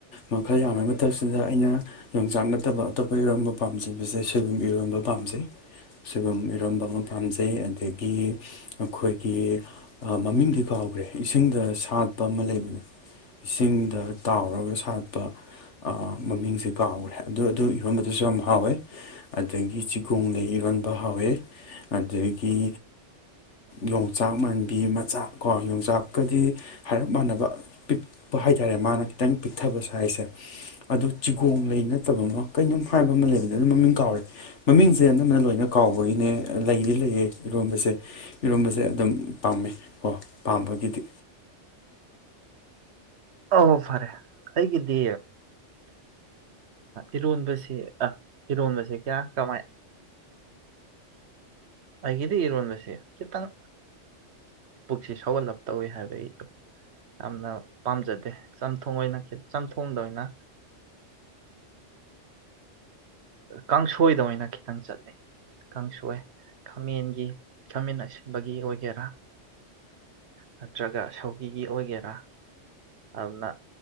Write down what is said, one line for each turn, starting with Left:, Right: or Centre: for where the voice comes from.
Left: ꯃꯈꯜ ꯌꯥꯝꯕꯩ ꯃꯇꯝꯛꯁꯤꯗ ꯑꯩꯅ ꯌꯣꯡꯆꯥꯛ ꯅꯠꯇꯕ ꯑꯇꯣꯞꯄ ꯏꯔꯣꯟꯝꯕ ꯄꯥꯝꯖꯕꯁꯦ ꯁꯣꯏꯕꯨꯝ ꯏꯔꯣꯟꯝꯕ ꯄꯥꯝꯖꯩ ꯁꯣꯏꯕꯨꯝ ꯏꯔꯣꯝꯕ ꯑꯃ ꯄꯥꯝꯖꯩ ꯑꯗꯒꯤ ꯑꯩꯈꯣꯏꯒꯤ ꯃꯃꯤꯡꯗꯤ ꯀꯥꯎꯈ꯭ꯔꯦ ꯏꯁꯤꯡꯗ ꯁꯥꯠ ꯑ ꯑꯃ ꯂꯩꯕꯅꯦ ꯏꯁꯤꯡꯗ ꯇꯥꯎꯔꯒ ꯁꯥꯠꯄ ꯃꯃꯤꯡꯁꯦ ꯀꯥꯎꯈꯔꯦ ꯑꯗꯨ ꯑꯗꯨꯕ ꯑꯗꯨꯁꯨ ꯌꯥꯝ ꯍꯥꯎꯋꯦ ꯑꯗꯒꯤ ꯆꯤꯒꯣꯡ ꯂꯩ ꯏꯔꯣꯟꯕ ꯍꯥꯎꯋꯦ ꯑꯗꯒꯤ ꯌꯣꯡꯆꯥꯛ ꯃꯥꯟꯕꯤ ꯃꯆꯥ ꯀꯣ ꯌꯣꯡꯆꯥꯛꯀꯗꯤ ꯍꯥꯏꯔꯞ ꯃꯥꯟꯅꯕ ꯄꯤꯛꯄ ꯍꯥꯏꯇꯥꯔꯦ ꯃꯥꯅ ꯈꯤꯇꯪ ꯄꯤꯛꯊꯕ ꯁ ꯍꯥꯏꯁꯦ ꯑꯗ ꯆꯤꯒꯣꯡ ꯂꯩ ꯅꯠꯇꯕ ꯑꯃ ꯀꯩꯅꯣꯝ ꯍꯥꯏꯕ ꯑꯃ ꯂꯩꯕꯅꯦ ꯑꯗꯨ ꯃꯃꯤꯡ ꯀꯥꯎꯔꯦ ꯃꯃꯤꯡꯁꯦ ꯑꯅꯝꯕꯅ ꯂꯣꯏꯅ ꯀꯥꯎꯕꯒꯤꯅꯦ ꯂꯩꯔꯤ ꯂꯩꯌꯦ ꯏꯔꯣꯝꯕꯁꯦ ꯏꯔꯣꯝꯕꯁꯦ ꯑꯗꯨꯝ ꯄꯥꯝꯃꯦ ꯀꯣ ꯄꯥꯝꯕꯒꯤꯗꯤ
Right: ꯑ ꯐꯔꯦ ꯑꯩꯒꯤꯗꯤ ꯏꯔꯣꯟꯕꯁꯤ ꯑꯥ ꯏꯔꯣꯟꯕꯁꯤ ꯀꯌꯥ ꯀꯃꯥꯏ ꯑꯩꯒꯤꯗꯤ ꯏꯔꯣꯟꯕꯁꯤ ꯈꯤꯇꯪ ꯄꯨꯛꯁꯤ ꯁꯧꯒꯠꯂꯞ ꯇꯧꯏꯤ ꯍꯥꯏꯕ ꯑꯩ ꯌꯥꯝꯅ ꯄꯥꯝꯖꯗꯦ ꯆꯝꯊꯣꯡ ꯑꯣꯏꯅ ꯆꯝꯊꯣꯡꯗ ꯑꯣꯏꯅ ꯀꯥꯡꯁꯣꯏꯗ ꯑꯣꯏꯅ ꯈꯤꯇꯪ ꯆꯠꯂꯤ ꯀꯥꯡꯁꯣꯏ ꯈꯥꯃꯦꯟꯒꯤ ꯈꯥꯃꯦꯟ ꯑꯁꯤ ꯑꯁꯤꯟꯕꯒꯤ ꯑꯣꯏꯒꯦꯔꯥ ꯅꯠꯇ꯭ꯔꯒ ꯁꯧꯒꯤꯒꯤ ꯑꯣꯏꯒꯦꯔꯥ ꯑꯗꯨꯅ